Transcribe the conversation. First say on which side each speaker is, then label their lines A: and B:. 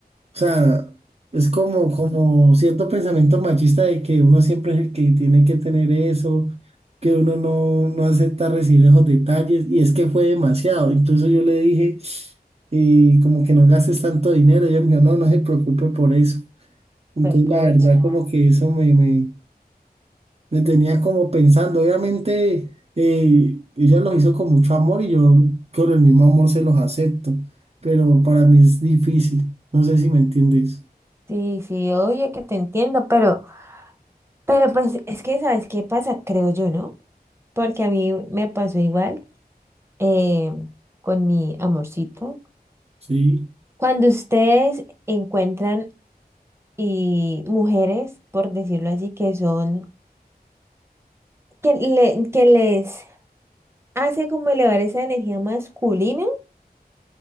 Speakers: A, on the right; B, on the right.
A: sea, es como, como cierto pensamiento machista de que uno siempre es el que tiene que tener eso, que uno no, no acepta recibir esos detalles, y es que fue demasiado, incluso yo le dije, eh, como que no gastes tanto dinero, ella me dijo, no, no se preocupe por eso. Entonces,
B: Pues pucha.
A: la verdad, como que eso me, me, me tenía como pensando. Obviamente, eh, ella los hizo con mucho amor y yo con el mismo amor se los acepto, pero para mí es difícil. No sé si me entiendes.
B: Sí, sí, obvio que te entiendo, pero, pero pues es que, ¿sabes qué pasa? Creo yo, ¿no? Porque a mí me pasó igual eh, con mi amorcito.
A: Sí,
B: Cuando ustedes encuentran y mujeres, por decirlo así, que son, que, le- que les hace como elevar esa energía masculina.